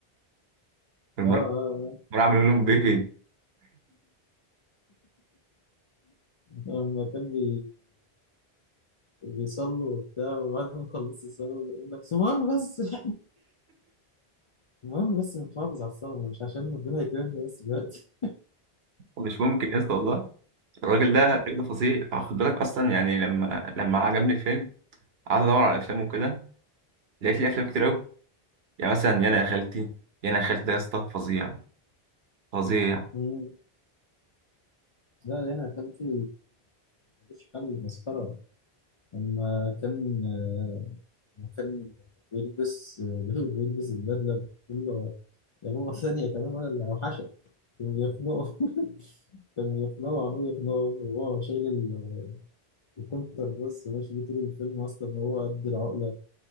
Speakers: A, on the right; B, on the left.
A: المراقب
B: اه آه.
A: عامل لهم بيض
B: لما كان بي بيصلوا وبتاع وبعد ما خلصت الصلاة بيقول لك بس المهم بس <laughs> المهم بس نحافظ على الصلاة مش عشان ربنا يكرمنا بس دلوقتي
A: مش ممكن يا اسطى والله الراجل
B: <laughs>
A: ده
B: آه.
A: الراجل ده فظيع آه، خد بالك اصلا يعني لما لما عجبني الفيلم قعدت ادور على افلامه كده لقيت لي افلام كتير قوي يعني مثلا يانا يا خالتي يانا يا خالتي ده يا اسطى فظيع فظيع
B: مم. لا يعني يا خالتي مفيش حل مسخرة لما كان آه، لما كان بيلبس <laughs> بيلبس البدلة بتقول له يا ماما ثانية كمان ولا اللي أوحشك <laughs> وبيخنقه كان يخلعه عمال يقنعه وهو شايل ال- الكونتر باص ماشي بيه طول الفيلم اصلا وهو قد العقله